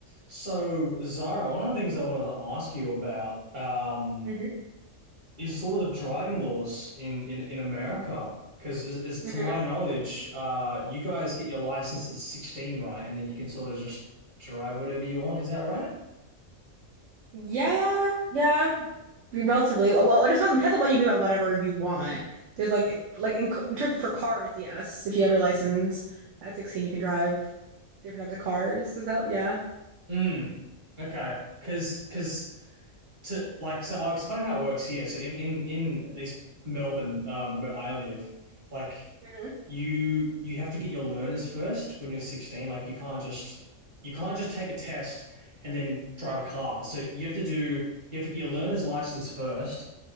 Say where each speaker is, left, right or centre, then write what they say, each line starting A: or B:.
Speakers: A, on the right; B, on the right.
A: So, Zara, one of the things I wanted to ask you about um,
B: hmm
A: is sort of the driving laws in in, in America. Because, is, is to
B: hmm
A: my knowledge, uh, you guys get your license at 16, right? And then you can sort of just drive whatever you want. Is that right?
B: Yeah, yeah, re- relatively. Well, well, it depends it depends on what you mean by whatever you want. There's like, like in, c- in terms of for cars, yes. If you have your license at 16, you can drive different types of cars. Is that, yeah.
A: Mm. Okay. Because because to like so I'll explain how it works here. So in in in at least Melbourne, um, where I live, like
B: hmm
A: you you have to get your learners first when you're 16. Like you can't just you can't just take a test and then drive a car. So you have to do you have to get your learner's license first,